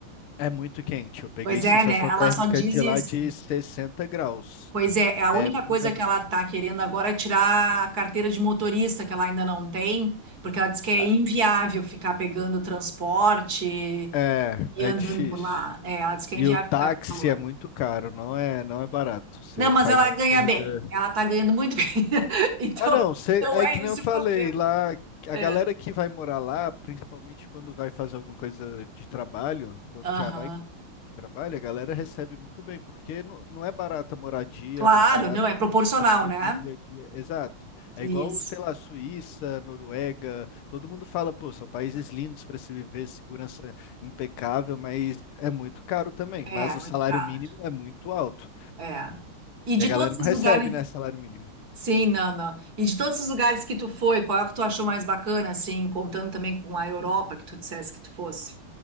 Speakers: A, on the left (about 80°); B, on the right (about 50°).
A: é muito quente. Eu peguei
B: Pois
A: sensação
B: é, né? Ela
A: térmica
B: só diz
A: de
B: isso.
A: lá de 60 graus.
B: Pois é, é a
A: É
B: única coisa
A: muito absurdo.
B: que ela tá querendo agora é tirar a carteira de motorista, que ela ainda não tem, porque ela diz que é
A: Ah,
B: inviável ficar pegando transporte
A: É,
B: e andando
A: é difícil.
B: por lá. É, ela diz que
A: E
B: é inviável
A: o táxi
B: ficar calor.
A: é muito caro, não é, não é barato. Você
B: Não, mas
A: faz
B: ela
A: uma
B: ganha
A: corrida.
B: bem. Ela tá ganhando muito bem. <laughs> Então,
A: Ah, não, você,
B: não
A: é
B: é
A: que nem
B: esse
A: eu falei
B: o problema.
A: lá, a
B: É.
A: galera que vai morar lá, principalmente quando vai fazer alguma coisa de trabalho, quando
B: Aham.
A: já vai que trabalha, a galera recebe muito bem, porque não, não é barata a moradia,
B: Claro,
A: não é barato
B: não, é proporcional,
A: as coisas
B: né?
A: do dia a dia. Exato. É
B: Isso.
A: igual, sei lá, Suíça, Noruega, todo mundo fala, pô, são países lindos para se viver, segurança impecável, mas é muito caro também.
B: É,
A: Mas o
B: muito
A: salário
B: caro.
A: mínimo é muito alto.
B: É. E de
A: E a galera
B: todos
A: não
B: os
A: recebe,
B: lugares.
A: né, salário mínimo.
B: Sim, não, não. E de todos os lugares que tu foi, qual é o que tu achou mais bacana, assim, contando também com a Europa, que tu dissesse que tu fosse?